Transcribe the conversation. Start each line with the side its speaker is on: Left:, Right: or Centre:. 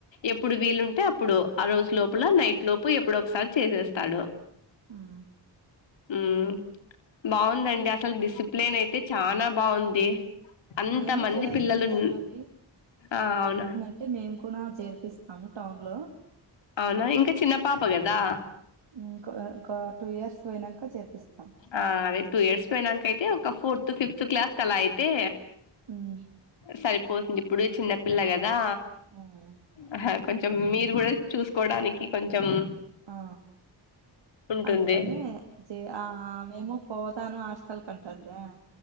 Left: ఎప్పుడు వీలుంటే అప్పుడు ఆ రోజు లోపల
Right: ఉమ్
Left: నైట్ లోపు ఎప్పుడు ఒకసారి చేసేస్తాడు
Right: ఉమ్
Left: ఊమ్ బాగుందండి అసలు డిసిప్లేన్ అయితే చాల బాగుంది అంత
Right: మేము
Left: మంది
Right: చేర్పించాలండి
Left: పిల్లలున్ ఆ అవున
Right: అంటె మేము కూనా చేర్పిస్తాము టౌన్ లో
Left: అవున ఇంకా చిన్న పాప కదా
Right: ఇంక ఇంకా టూ ఇయర్స్ పోయినంక చేర్పిస్తాం
Left: ఆ అదే టూ ఇయర్స్ పోయినంక అయితే ఒక ఫోర్త్ ఫిఫ్త్ క్లాస్ క్ అలా అయితే
Right: ఉమ్
Left: సరిపోతుంది ఇప్పుడే చిన్నపిల్ల కదా
Right: ఊమ్
Left: ఆహ్ కొంచెం మీరు కూడ చూసుకోడానికి కొంచెం
Right: ఆ
Left: ఉంటుంది
Right: అందుకని జె ఆ మేము పోతాను హాస్టల్ కంటుందా